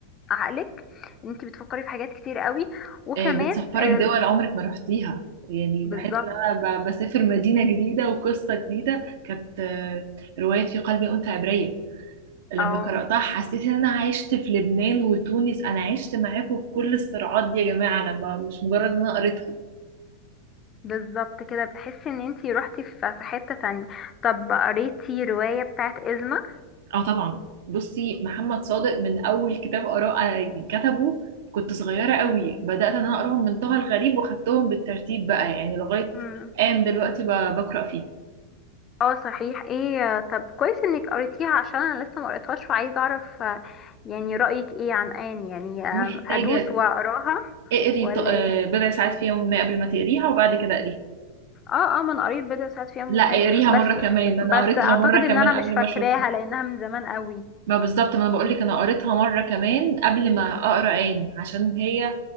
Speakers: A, on the left (about 25°); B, on the right (about 55°).
A: عقلك انت بتفكري في حاجات كتير قوي وكمان
B: آه، بتسفرك
A: آه،
B: دول عمرك ما رحتيها يعني
A: بالظبط
B: بحس ان انا ب- بسافر مدينة جديدة وقصة جديدة كانت آه، رواية في قلبي أنثى عبرية لما
A: او
B: قرأتها حسيت ان انا عشت في لبنان وتونس انا عشت معاكم بكل الصراعات دي يا جماعة انا ما مش مجرد ان انا قريتها
A: بالظبط كده بتحسي ان انت روحتي في في حتة تانية طب قريتي رواية بتاعت إزمة
B: اه طبعا بصي محمد صادق من اول كتاب قرأ كتبه كنت صغيرة قوي بدأت ان انا اقراهم من طه الغريب وخدتهم بالترتيب بقى يعني لغاية
A: مم.
B: آن دلوقتي ب- بقرأ فيه
A: اه صحيح ايه آه، طب كويس انك قريتيها عشان انا لسه ما قريتهاش وعايزة اعرف آه، يعني رأيك ايه عن آن يعني آه،
B: محتاجة
A: ادوس واقراها
B: اقري
A: ولا
B: ط- آه،
A: ايه
B: بضع ساعات في يوم ما قبل ما تقريها وبعد كده اقريها
A: اه اه ما انا قريت بضع ساعات في يوم
B: لا
A: ما
B: اقريها
A: بس
B: مرة كمان ده انا
A: بس
B: قريتها
A: اعتقد
B: مرة
A: ان
B: كمان
A: انا
B: قبل
A: مش فاكراها
B: ما اشوفها
A: لانها من زمان قوي
B: ما بالظبط ما انا بقول لك انا قريتها مرة كمان قبل ما اقرا عين عشان هي